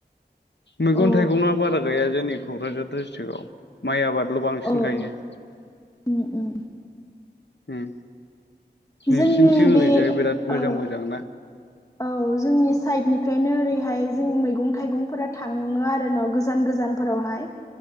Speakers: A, on the left (about 80°); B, on the left (about 20°).
A: मैगं
B: औ
A: थाइगङा बारा गाया जोंनि क'क्राझार डिस्ट्रिकआव माइ आबाद ल' बांसिन
B: औ
A: गायो।
B: औ उम उम
A: उम नोंसिनिथिं
B: जोंनि बे
A: ओरैजाय बिराद मोजां
B: औ
A: मोजां ना?
B: औ जोंनि सायदनिफ्रायनो ओरैहाय जों मैगं थाइगंफोरा थाङो आरो न' गोजान गोजानफोरावहाय